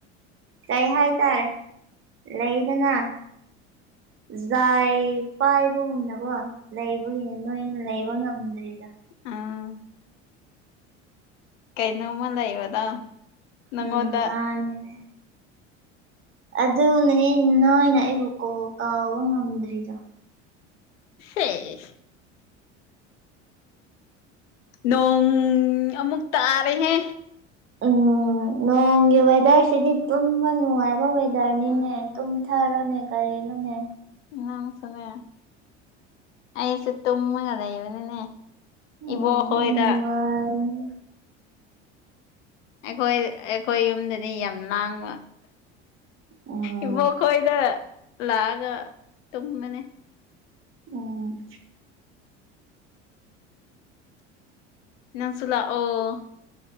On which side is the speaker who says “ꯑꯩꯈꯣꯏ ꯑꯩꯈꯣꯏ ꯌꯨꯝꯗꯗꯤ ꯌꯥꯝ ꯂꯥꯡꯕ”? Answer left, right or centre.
Left